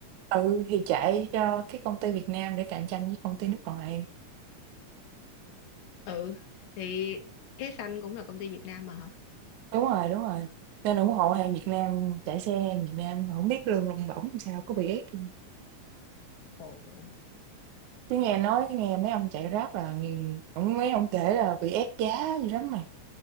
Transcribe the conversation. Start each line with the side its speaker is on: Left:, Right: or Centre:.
Right: Ừ, thì chạy cho cái công ty Việt Nam để cạnh tranh với công ty nước ngoài.
Left: Ừ, thì cái xanh cũng là công ty Việt Nam mà hả?
Right: Đúng rồi, đúng rồi. Nên ủng hộ hàng Việt Nam, chạy xe hàng Việt Nam, không biết lương lông bổng làm sao, có bị ép. không?
Left: Ồ.
Right: Chứ nghe nói, nghe mấy ông chạy Grab là, nghe- cũng mấy ông kể là bị ép giá gì lắm mà,